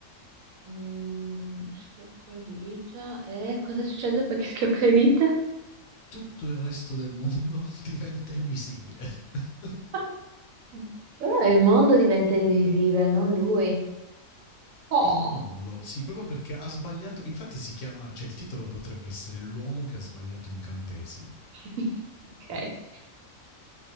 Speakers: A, on the right; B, on the left.
A: Mm, schiocco le dita. E cosa succede perché schiocca le dita?
B: tutto il resto del mondo diventa invisibile. <laughs>
A: <laughs> Allora il mondo diventa invisibile, non lui. Oh.
B: Il mondo, sì, proprio perché ha sbagliato, infatti si chiama, cioè il titolo potrebbe essere L'uomo che ha sbagliato incantesimo.
A: <laughs> Ok.